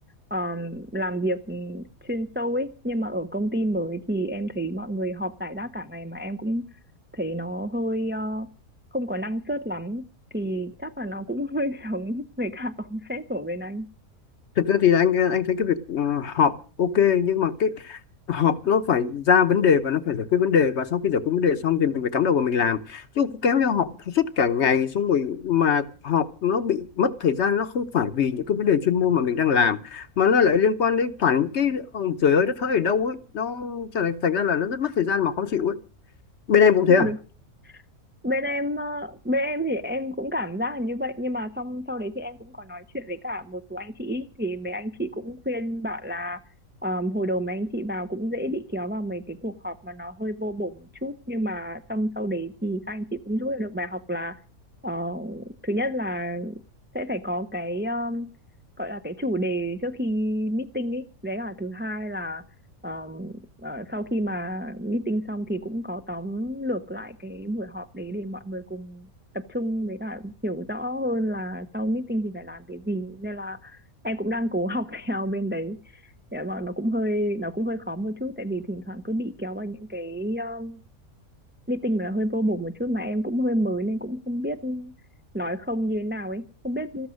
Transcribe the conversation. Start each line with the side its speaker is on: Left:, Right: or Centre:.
Right: um, làm việc chuyên sâu ấy. Nhưng mà ở công ty mới thì em thấy mọi người họp rải rác cả ngày mà em cũng thấy nó hơi uh, không có năng suất lắm thì chắc là nó cũng <laughs> hơi giống với cả ông sếp của bên anh
Left: thực ra thì anh anh thấy cái việc ờ, họp ok nhưng mà cái họp nó phải ra vấn đề và nó phải giải quyết vấn đề và sau khi giải quyết vấn đề xong thì mình phải cắm đầu vào mình làm chứ cứ kéo nhau họp suốt cả ngày xong rồi mà họp nó bị mất thời gian nó không phải vì những cái vấn đề chuyên môn mà mình đang làm mà nó lại liên quan đến toàn những cái ờ, trời ơi đất hỡi ở đâu ấy nó trở thành thành ra là nó rất mất thời gian mà khó chịu ấy bên em cũng thế
Right: được
Left: à
Right: bên em ờ, bên em thì em cũng cảm giác là như vậy nhưng mà xong sau đấy thì em cũng có nói chuyện với cả một số anh chị thì mấy anh chị cũng khuyên bảo là ờ, hồi đầu mấy anh chị vào cũng dễ bị kéo vào mấy cái cuộc họp mà nó hơi vô bổ một chút nhưng mà xong sau đấy thì các anh chị cũng rút ra được bài học là ờ, thứ nhất là sẽ phải có cái ờ, gọi là cái chủ đề trước khi meeting ấy đấy là thứ hai là ờ, Ờ, sau khi mà meeting xong thì cũng có tóm lược lại cái buổi họp đấy để mọi người cùng tập trung với cả hiểu rõ hơn là sau meeting thì phải làm cái gì nên là em cũng đang cố học <laughs> theo bên đấy để mà nó cũng hơi nó cũng hơi khó một chút tại vì thỉnh thoảng cứ bị kéo vào những cái um, meeting mà hơi vô bổ một chút mà em cũng hơi mới nên cũng không biết nói không như thế nào ấy không biết